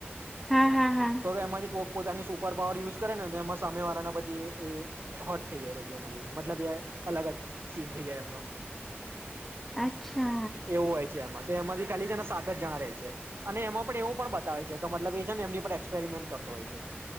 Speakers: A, in the centre; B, on the right.
A: હા હા હા
B: તો વે એમારી કોક પોતાની સુપર પાવર યુઝ કરે ને, તો એમાં સામે વાળાના પછી એ હોટ થઈ જાય પછી, એનાથી મતલબ એ અલગ જ સીન થઈ જાય એમનો.
A: અચ્છા
B: એવું હોય છે એમાંર. તો એમાંથી ખાલી છે ના સાત જણા રહે છે. અને એમાં પણ એવું પણ બતાવે છે, કે મતલબ એ છે ને એમની પર એક્સપેરિમેન્ટ કરતો હોય છે.